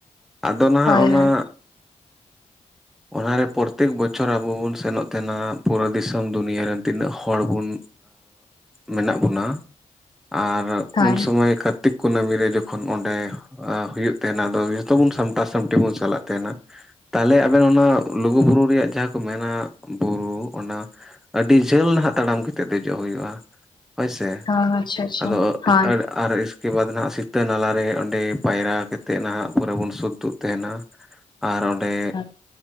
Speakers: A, in the centre; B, on the left.
A: ᱟᱫᱚ ᱱᱟᱦᱟᱜ
B: ᱦᱳᱭ
A: ᱚᱱᱟ
B: ᱦᱳᱭ
A: ᱚᱱᱟᱨᱮ ᱯᱚᱨᱛᱮᱠ ᱵᱚᱪᱷᱚᱨ ᱟᱵᱚ ᱵᱚᱱ ᱥᱮᱱᱚᱜ ᱛᱟᱦᱮᱱᱟ ᱯᱩᱨᱟᱹ ᱫᱤᱥᱚᱢ ᱫᱩᱱᱭᱟᱹ ᱨᱮᱱ ᱛᱤᱱᱟᱹᱜ ᱦᱚᱲ ᱵᱚᱱ ᱢᱮᱱᱟᱜ ᱵᱚᱱᱟ ᱟᱨ
B: ᱦᱳᱭ
A: ᱩᱱᱥᱚᱢᱟᱹᱭ ᱠᱟᱨᱛᱤᱠ ᱠᱩᱱᱟᱹᱢᱤ ᱨᱮ ᱡᱚᱠᱷᱚᱱ ᱚᱸᱰᱮ ᱦᱩᱭᱩᱜ ᱛᱟᱦᱮᱱᱟ ᱟᱫᱚ ᱡᱚᱛᱚ ᱵᱚᱱ ᱥᱟᱢᱴᱟᱣ ᱥᱟᱢᱴᱤ ᱵᱚᱱ ᱪᱟᱞᱟᱜ ᱛᱟᱦᱮᱱᱟ ᱛᱟᱦᱚᱞᱮ ᱟᱵᱮᱱ ᱚᱱᱟ ᱞᱩᱜᱩ ᱵᱩᱨᱩ ᱨᱮᱭᱟᱜ ᱡᱟᱦᱟᱸ ᱠᱚ ᱢᱮᱱᱟ ᱵᱩᱨᱩ ᱚᱱᱟ ᱟᱹᱰᱤ ᱡᱷᱟᱹᱞ ᱱᱟᱦᱟᱜ ᱛᱟᱲᱟᱢ ᱠᱟᱛᱮᱫ ᱫᱮᱡᱚᱜ ᱦᱩᱭᱩᱜᱼᱟ ᱦᱳᱭ ᱥᱮ
B: ᱦᱳᱭ ᱟᱪᱪᱷᱟ ᱟᱪᱪᱷᱟ
A: ᱟᱫᱚ
B: ᱦᱳᱭ
A: ᱮᱴᱟᱜ
B: ᱦᱳᱭ
A: ᱟᱨ ᱠᱮ ᱵᱟᱫ ᱱᱟᱦᱱᱟᱜ ᱥᱤᱛᱟᱹ ᱱᱟᱞᱟᱨᱮ ᱚᱸᱰᱮ ᱯᱟᱭᱨᱟ ᱠᱟᱛᱮᱫ ᱱᱟᱦᱟᱜ ᱯᱚᱨᱮ ᱵᱚᱱ ᱥᱩᱫᱽᱛᱩᱜ ᱛᱟᱦᱮᱱᱟ ᱟᱨ ᱚᱸᱰᱮ
B: ᱟᱪᱪᱷᱟ